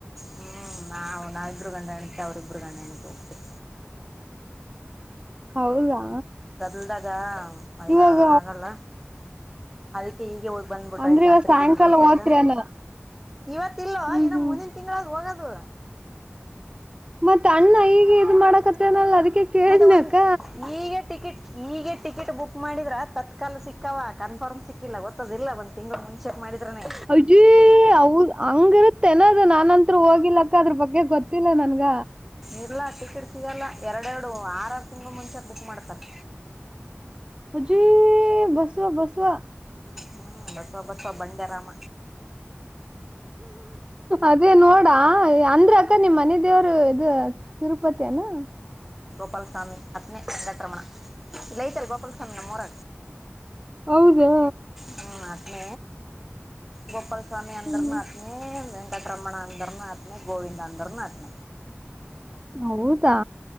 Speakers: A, in the centre; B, on the right.
A: ಹ್ಮ್ ನಾವ್ ನಾವಿಬ್ರು ಗಂಡ ಹೆಣತಿ ಅವರಿಬ್ಬರು ಗಂಡ ಹೆಣತಿ ಹೋಗತಿವಿ.
B: ಹೌದಾ
A: ಗದಲ್ದಾಗ ಅಯ್ಯ
B: ಇವಾಗ
A: ಆಗಲ್ಲ. ಅದಕ್ಕೆ ಈಗೆ ಹೋಗ್ ಬಂದ್ಬಿಟ್ರ
B: ಅಂದ್ರೆ
A: ಐತ್ ಜಾತ್ರಿಕಿನ
B: ಇವಾಗ ಸಾಯಂಕಾಲ
A: ಮುಂಚೆಕ
B: ಓದ್ತಿರೇನ
A: ಇವತ್ತ ಇಲ್ವ
B: ಹ್ಮ್
A: ಹೀನಾ
B: ಹ್ಮ್
A: ಮುಂದಿನ ತಿ ತಿಂಗಳಗ ಹೋಗದು.
B: ಮತ್ತೆ ಅಣ್ಣ ಈಗ ಇದು ಮಾಡಕತ್ತ ಅನಲ್ಲ ಅದಕ್ಕೆ ಕೇಳಿದ್ನಕ್ಕ
A: ಮತ್ತೆ ಒಂದು ಈಗ ಟಿಕೆಟ್ ಈಗ ಟಿಕೆಟ್ ಬುಕ್ ಮಾಡಿದ್ರ ತತ್ಕಾಲ ಸಿಕ್ಕವ ಕನ್ಫರ್ಮ್ ಸಿಕ್ಕಿಲ್ಲ ಗೊತ್ತದಿಲ್ಲ ಬಂತ ತಿಂಗಳು ಮುಂಚೆಕ್ ಮಾಡಿದ್ರನೇ
B: ಅಜೀ ಅವ ಹಂಗಿರುತ್ತೇನದು ನಾನಂತ್ ಹೋಗಿಲಕ್ಕ ಅದ್ರ ಬಗ್ಗೆ ಗೊತ್ತಿಲ್ಲ ನನ್ಗ
A: ಇರ್ಲ್ಲಾ ಟಿಕೆಟ್ ಸಿಗಲ್ಲ ಎರಡೆರಡು ಆರು ತಿಂಗಂಗಳು ಮುಂಚೆಾಗ ಬುಕ್ ಮಾಡ್ತಾರೆ
B: ಹಜಿ ಬಸುವ ಬಸುವ
A: ಹ್ಮ್ ಬಸವ ಬಸವ ಬಂಡೆರಾಮ
B: ಅದೇ ನೋಡಾ ಅಂದ್ರ ಅಕ್ಕ ನಿಮ್ ಮನೆ ದೇವರು ಇದು ತಿರುಪತಿಯನಾ
A: ಹ್ಮ್ ಗೋಪಾಲಸ್ವಾಮಿ ಹತ್ನೇ ಅಂದಕ ರಮಣ ಇಲ್ಲ ಐತಲ್ಲ ಗೋಪಾಲಾಮ ಸ್ಣ ಮರ
B: ಹೌದಾ
A: ಹ್ಮ ಆತ್ನ ಗೋಪಾಲ ಸ್ವಾಮಿ ಅಂದರು
B: ಹ್ಮ್
A: ಮಾ ಅತ್ನಿಂ ಬಕ್ರಮಣ ಅಂದ್ರನೂ ಆತನ ಗೋವಿಂದ ಅಂದ್ರನೂ ಆತ್ನ
B: ಹೌದಾ